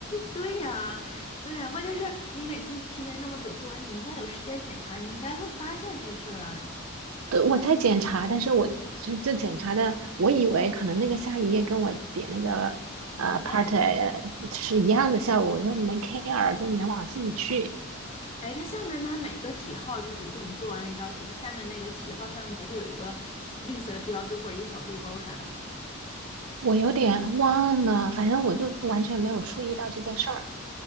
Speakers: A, on the left; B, on the right.
A: 对呀，对呀，关键是你每次提前那么久做完，你应该有时间检查，你应该会发现这些事儿啊。
B: 对，我在检查，但是我就就检查的，我以为可能那个下一页跟我点那个呃
A: 一样的，
B: part A 是一样的效果，我就没 care，就没往心里去。
A: 哎，它下面它每个题号，就是比如说你做完了一道题，它下面那个题号上面不会有一个绿色的标志或者一个小对勾啥的吗？
B: 我有点忘了，反正我就完全没有注意到这件事儿。